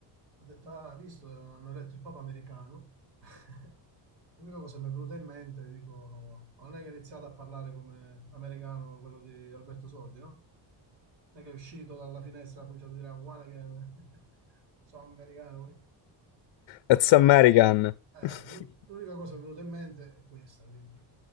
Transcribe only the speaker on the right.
ha detto: "Ah, hai visto, hanno eletto il Papa americano." <laughs> L'unica cosa che mi è venuta in mente, dico, ma non è che ha iniziato a parlare come americano quello di Alberto Sordi, no? Non è che è uscito dalla finestra e ha cominciato a dire, "Ah, guarda che <laughs> sono americano. quindi".
Eh,
l'u- l'unica cosa che mi è venuta in mente è questa, quindi,